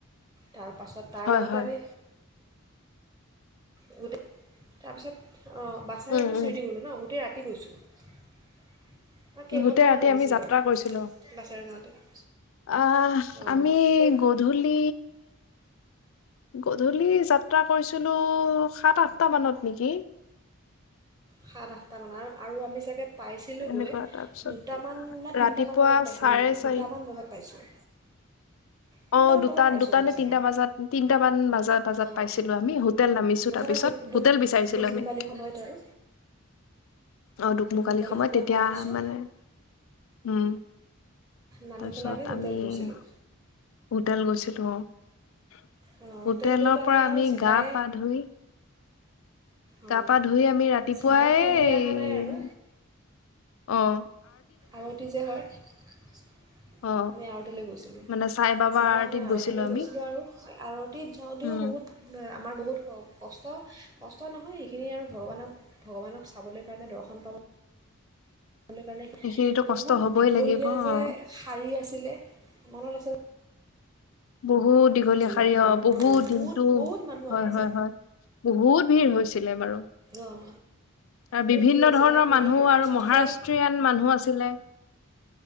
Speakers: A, on the right; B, on the left.
A: তাৰপাছত তাৰ
B: হয়
A: লগতে
B: হয়
A: আমি গোট তাৰপিছত অঁ বাছেৰে
B: উম
A: আমি
B: উম
A: চুৰি দি গ'লোঁ ন গোটেই ৰাতি কি কৰিছ ম কেইঘন্টামান
B: গোটেই ৰাতি
A: লাগিছিল
B: আমি যাত্ৰা
A: বাৰু
B: কৰিছিলো
A: বাছেৰে যাওঁতে <inaudible>
B: আহ
A: অঁ
B: আমি
A: সেই
B: গধূলি গধূলি যাত্ৰা কৰিছিলোঁ সাত আঠটা মানত নেকি?
A: সাত আঠটামান আৰু আৰু আমি চাগে পাইছিলোঁগৈ
B: এনেকুৱা তাৰপিছত
A: দুটামান ন তিনিটামান
B: ৰাতিপুৱা
A: বজাত পাইছিলোঁ
B: চাৰে
A: নেকি
B: চাৰি
A: দুটামান বজাত পাইছোঁ। তিনিটামান
B: অ দুটা
A: বজাত পাইছোঁগৈ
B: দুটা নে
A: চাগে
B: তিনটা বজাত তিনটামান ব বজাত
A: অঁ
B: পাইছিলো আমি হোটেল নামিছো
A: মুঠতে
B: তাৰপিছত
A: দু দুক
B: হোটেল বিচাৰিছিলো
A: দুকমুকালি
B: আমি
A: সময়ত আৰু
B: অহ দোকমোকালি
A: দুকমুকালি
B: সময়ত তেতিয়া
A: নামিছোঁ
B: মানে, উম,
A: নামি
B: তাৰপিছত
A: পেলাই হোটেল
B: আমি-
A: গৈছিলোঁ
B: হোটেল গৈছিলোঁ, অহ।
A: অঁ হোটেল
B: হোটেলৰ
A: গৈতো
B: পৰা
A: আৰু
B: আমি
A: চিধাই
B: গা-পা ধুই-
A: অঁ
B: গা-পা ধুই আমি ৰাতিপুৱাই
A: চিধাই মন্দিৰ
B: এই-
A: অহা নাই আৰু
B: অহ।
A: আৰতি যে হয়, আমি
B: অ
A: আৰতিলৈ গৈছিলোঁ।
B: মানে চাই বাবা
A: চিধাই
B: আৰতিত
A: আমি আৰতিলৈ
B: গৈছিলো আমি
A: গৈছিলোঁ আৰু আৰতিত যাওঁতেও
B: উম
A: বহুত আ- আমাৰ বহুত ক কষ্ট। কষ্ট নহয় সেইখিনি আৰু ভগৱানক, ভগৱানক চাবলৈ কাৰণে দৰ্শন পাব- লৈ কাৰণে,
B: সেইখিনিতো
A: বহুত
B: কষ্ট হবই
A: দীঘলীয়া
B: লাগিব
A: যে
B: অ
A: শাৰী আছিলে- মনত আছে-
B: বহ <inaudible> বহুত দীঘলীয়া
A: আছিলে
B: শাৰী
A: মানুহৰ
B: অহ। বহুত দিনটো,
A: বহুত মানুহ
B: হয়
A: আহে
B: হয়
A: যে
B: হয়। বহুত- ভিৰ হৈছিলে বাৰু।
A: অঁ
B: আৰু
A: বৰ
B: বিভিন্ন
A: ভিৰ হৈছিলে
B: ধৰণৰ
A: ভিৰ
B: মানুহ
A: তাৰপাছত
B: আৰু মহাৰাষ্ট্ৰীয়ান
A: সেই
B: মানুহ আছিলে।